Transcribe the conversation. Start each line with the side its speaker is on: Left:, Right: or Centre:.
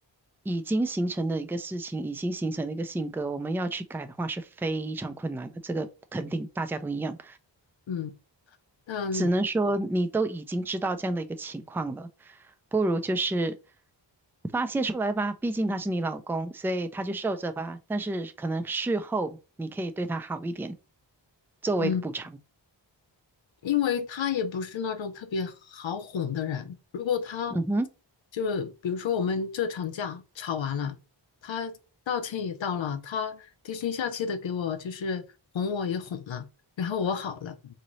Centre: 已经形成的一个事情，已经形成的一个性格，我们要去改的话是非常困难的，这个肯定大家都一样。
Left: 嗯，但我
Centre: 只能说你都已经知道这样的一个情况了，不如就是发泄出来吧，毕竟他是你老公，所以他就受着吧。但是可能事后你可以对他好一点，作为一个补偿。
Left: 嗯因为他也不是那种特别好哄的人。如果他
Centre: 嗯哼，
Left: 就比如说我们这场架吵完了，他道歉也道了，他低声下气的给我就是哄我也哄了，然后我好了，